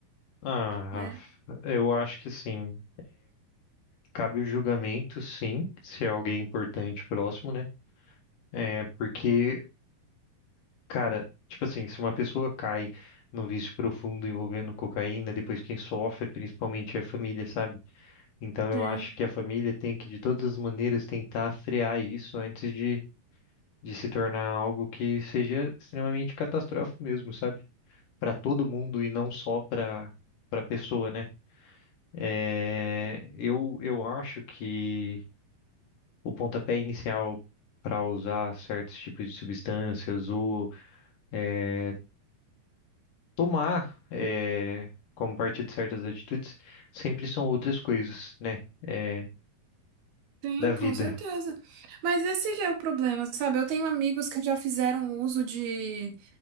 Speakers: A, on the left (about 60°); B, on the right (about 70°).
A: Ah, Rafa,
B: né?
A: eu acho que sim. Cabe o julgamento, sim, se é alguém importante próximo, né? É porque, cara, tipo assim, se uma pessoa cai num vício profundo envolvendo cocaína, depois quem sofre principalmente é a família, sabe? Então eu
B: Sim,
A: acho que a família tem que, de todas as maneiras, tentar frear isso antes de, de se tornar algo que seja extremamente catastrófico mesmo, sabe? Para todo mundo e não só para para pessoa, né? É, eu, eu acho que o pontapé inicial para usar certos tipos de substâncias ou eh, tomar eh, como parte de certas atitudes, sempre são outras coisas, né? eh,
B: sim,
A: da vida.
B: com certeza. Mas esse que é o problema, sabe? Eu tenho amigos que já fizeram uso de